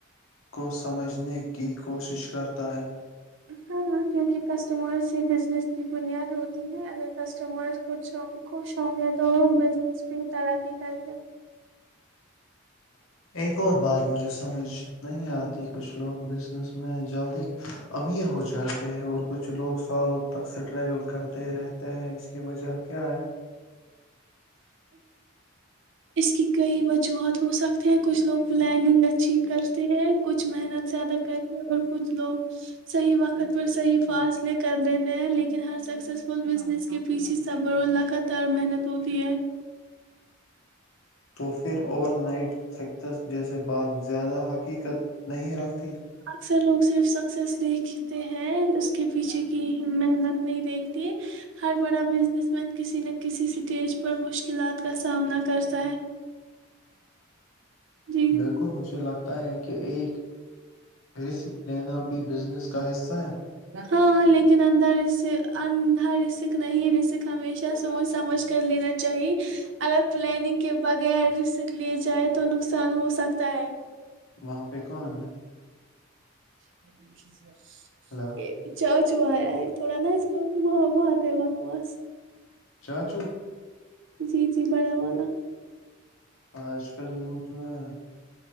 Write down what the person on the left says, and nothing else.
کو سمجھنے کی کوشش کرتا ہے
ہے
ایک اور بات مجھے سمجھ نہیں آتی کچھ لوگ بزنس میں جلدی امیر ہو جاتے ہیں اور کچھ لوگ سالوں تک ٹریول کرتے رہتے ہیں اس کی وجہ کیا ہے
توف پھر اوور نائٹ سکسس جیسے بعات زیادہ حقیقت
نہیں رکھتی
بالکل مجھے لگتا ہے ہوتا ہے کہ ایک رسک لینا بھی بزنس کا حصہ ہے
وہاں پہ کون ہے
ہلو
چاچو
آج کل یوتھ میں